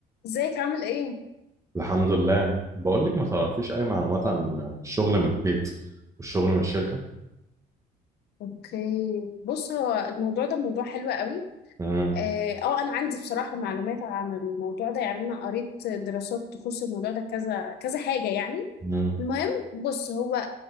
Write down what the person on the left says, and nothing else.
ازيك عامل ايه؟
اوكي بص هو الموضوع ده موضوع حلو قوي
اه آه، انا عندي بصراحة معلومات عن الموضوع ده يعني انا قريت دراسات تخص الموضوع ده كذا كذا حاجة يعني
المهم بص هو